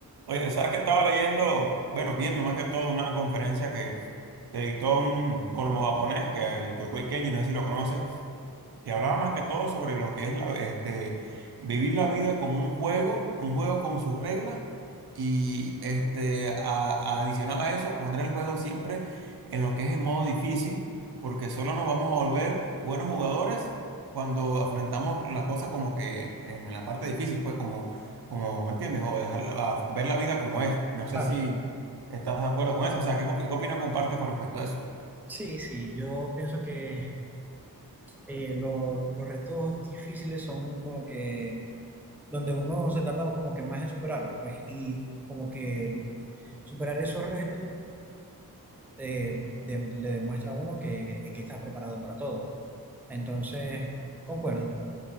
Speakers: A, on the right; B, in the centre.
A: Oye, ¿sabes que estaba leyendo? Bueno, viendo más que todo una conferencia que, que dictó un colombo japonés, que es Yokoi Kenji, no sé si lo conoces. Te hablaba más que todo sobre lo que es la, este, vivir la vida como un juego, un juego con sus reglas y este, a- adicional a eso poner el juego siempre en lo que es en modo difícil, porque solo nos vamos a volver buenos jugadores cuando afrontamos la cosa como que en la parte difícil, pues como, como ¿me entiendes? O dejar ver la vida como es. No sé
B: Claro,
A: si
B: claro.
A: estás de acuerdo con eso, o sea, ¿qué, op- qué opinión compartes con respecto a eso?
B: Sí, sí, yo pienso que eh, lo- los retos difíciles son como que donde uno se tarda como que más en superarlo, pues, y como que el- superar esos retos eh, de- le demuestra a uno que, que, que estás preparado para todo. Entonces, concuerdo.